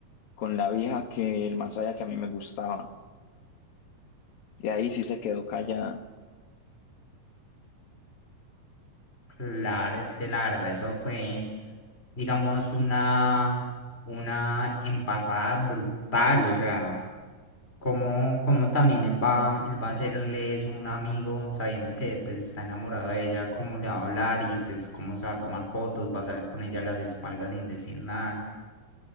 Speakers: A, on the left; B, on the left.
A: con la vieja que el más allá que a mí me gustaba. Y ahí sí se quedó callada.
B: Claro, es que la verdad, eso fue, digamos, una, una embarrada brutal. O sea, como, como también él va, él va a hacerle eso a un amigo, sabiendo que pues está enamorado de ella, cómo le va a hablar y pues cómo se va a tomar fotos, va a salir con ella a las espaldas sin decir nada.